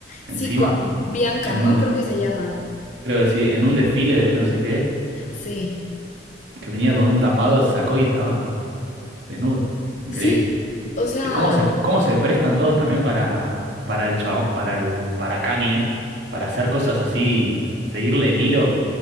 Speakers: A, on the right; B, on the left.
A: encima?
B: sí, con Bianca,
A: En
B: ¿no?
A: un,
B: Creo que se llama.
A: creo que sí, en un desfile de no sé qué,
B: Sí,
A: que venía con un tapado, se sacó y estaba desnuda. Increíble.
B: sí, o sea,
A: Se- ¿Cómo se, cómo se prestan todos también para, para el chavo, para el, para Kanye, para hacer cosas así, seguirle el hilo?